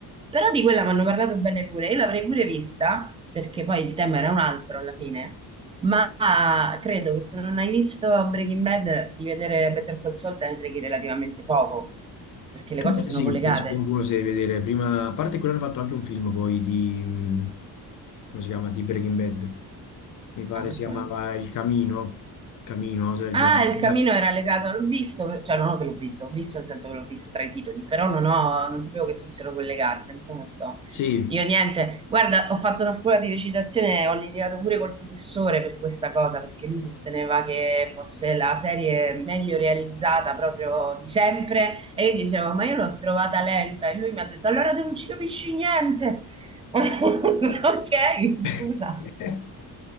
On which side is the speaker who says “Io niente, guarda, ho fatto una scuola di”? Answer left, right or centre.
Right